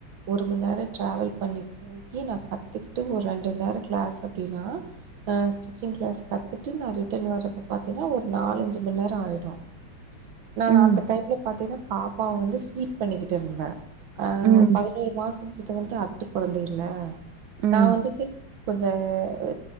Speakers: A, on the right; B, on the right.
A: ஒரு மணி நேரோ ட்ராவல் பண்ணி போயி நா கத்துக்கிட்டு ஒரு ரெண்டு நேரோ கிளாஸ் அப்பிடின்னா ஸிடிச்சிங் கிளாஸ் க த்துட்டு நா ரிட்டர்ன் வர்றப்ப பாத்தீனா ஒரு நாலஞ்சு மண் நேரோ ஆயிடு நான்
B: ம்
A: அந்த டைம்ல பாத்தீன்னா பாப்பாவ வந்து ஃபீட் பண்ணிக்கிட்டு இருந்தே ஆ
B: ம்
A: பதினோரு மாசங்கிறது வந்து அட்டு கொழந்த இல்ல
B: ம்
A: நா வந்துட்டு கொஞ்ச அ